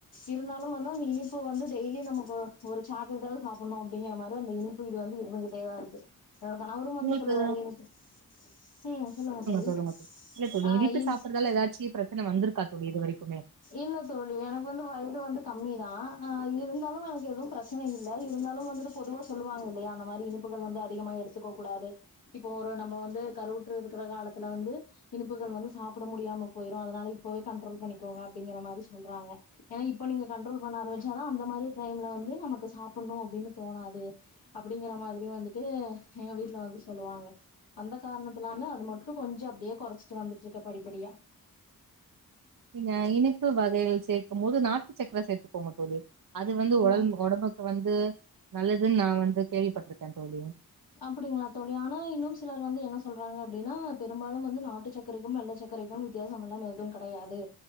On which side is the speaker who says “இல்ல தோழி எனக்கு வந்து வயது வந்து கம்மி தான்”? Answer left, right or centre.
Left